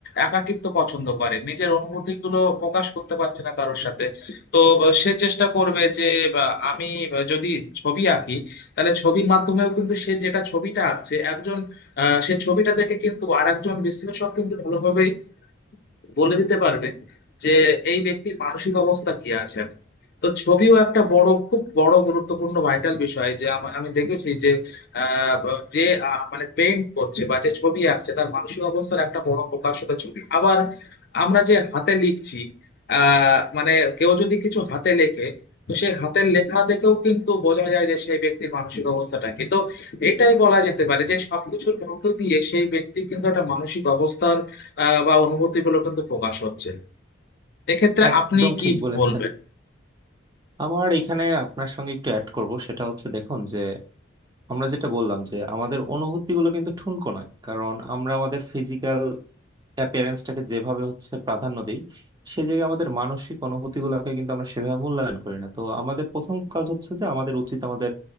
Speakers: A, on the left; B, on the right.
A: একাকিত্ব পছন্দ করে নিজের অনুভূতিগুলো প্রকাশ করতে পারছে না কারোর সাথে তো আহ, সে চেষ্টা করবে যে বা, আমি আহ, যদি ছবি আঁকি তাহলে ছবির মাধ্যমেও কিন্তু সে যেটা ছবিটা আঁকছে একজন আহ, সে ছবিটা দেখে কিন্তু আরেকজন বিশ্লেষক কিন্তু ভালোভাবেই বলে দিতে পারবে যে এই ব্যক্তির মানসিক অবস্থা কি আছে এখন। তো ছবিও একটা বড় খুব বড় গুরুত্বপূর্ণ ভাইটাল বিষয় যে আমা- আমি দেখেছি যে আহ, ব- যে আহ, মানে পেইন্ট করছে বা যে ছবি আঁকছে তার মানসিক অবস্থার একটা বড় প্রকাশ হলো ছবি আবার আমরা যে হাতে লিখছি আহ মানে কেউ যদি কিছু হাতে লেখে তো সেই হাতের লেখা দেখেও কিন্তু বোঝা যায় যে সেই ব্যক্তির মানসিক অবস্থাটা কি তো এটাই বলা যেতে পারে যে সবকিছুর মধ্য দিয়ে সেই ব্যক্তির কিন্তু একটা মানসিক অবস্থার আহ, বা অনুভূতিগুলো কিন্তু প্রকাশ হচ্ছে এক্ষেত্রে
B: একদম
A: আপনি কি
B: ঠিক বলেছেন
A: বলবেন
B: আমার এখানে আপনার সঙ্গে একটু অ্যাড করব সেটা হচ্ছে দেখুন যে আমরা যেটা বললাম যে আমাদের অনুভূতিগুলো কিন্তু ঠুনকো নয় কারণ আমরা আমাদের ফিজিক্যাল প্যারেন্টসটাকে যেভাবে হচ্ছে প্রাধান্য দিই সেই জায়গায় আমাদের মানসিক অনুভূতি গুলাকে কিন্তু আমরা সেভাবে মূল্যায়ন করি না তো আমাদের প্রথম কাজ হচ্ছে যে আমাদের উচিত আমাদের